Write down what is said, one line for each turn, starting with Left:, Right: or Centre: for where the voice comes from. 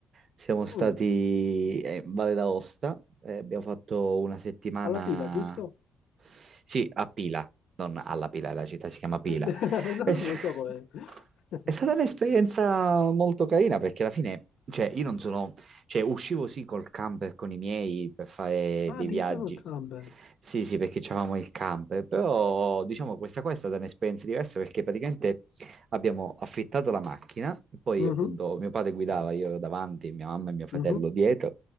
Right: Siamo stati
Left: Mm,
Right: eh, in Valle d'Aosta e abbiamo fatto una settimana,
Left: alla pila, giusto?
Right: sì, a Pila, non alla Pila, la città si chiama Pila.
Left: <laughs> Eh, Non
Right: È, s-
Left: lo so com'è. <laughs>
Right: è stata un'esperienza molto carina perché alla fine, cioè, io non sono cioè, uscivo sì col camper con i miei per fare
Left: Ah,
Right: dei
Left: addirittura
Right: viaggi.
Left: col camper.
Right: Sì, sì, perché c'avevamo il camper, però diciamo questa qua è stata un'esperienza diversa perché praticamente abbiamo affittato la macchina, poi
Left: Mhm,
Right: appunto mio padre guidava, io ero davanti, mia mamma e mio fratello
Left: mhm.
Right: dietro